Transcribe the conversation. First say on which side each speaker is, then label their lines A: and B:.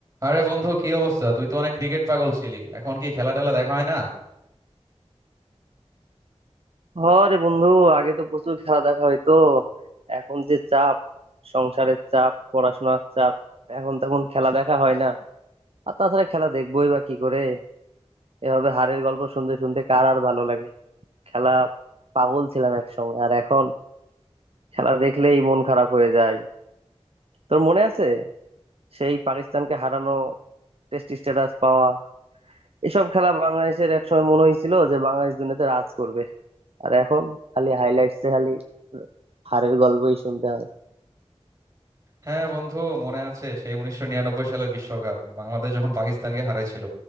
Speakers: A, on the right; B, on the right.
A: আরে বন্ধু কি অবস্থা তুই তো অনেক ক্রিকেট পাগল ছিলি এখন কি খেলা টেলা দেখা হয় না
B: হরে বন্ধু আগে তো প্রচুর খেলা দেখা হইতো এখন যে চাপ সংসারের চাপ পড়াশোনার চাপ এখন তখন খেলা দেখা হয় না আর তাছাড়া খেলা দেখবোই বা কি করে এভাবে হারের গল্প শুনতে শুনতে কার আর ভালো লাগে খেলা পাগল ছিলাম একসময় আর এখন খেলা দেখলেই মন খারাপ হয়ে যায় তোর মনে আছে সেই পাকিস্তানকে হারানো টেস্ট স্ট্যাটাস পাওয়া এসব খেলা বাংলাদেশের একসময় মনে হয়েছিল যে বাংলাদেশ দুনিয়াতে রাজ করবে আর এখন খালি হাইলাইটসে খালি হারের গল্পই শুনতে হয়
A: হ্যাঁ বন্ধু মনে আছে সেই উনিশশো নিরানব্বই সালে বিশ্বকাপ বাংলাদেশ যখন পাকিস্তানকে হারাইছিল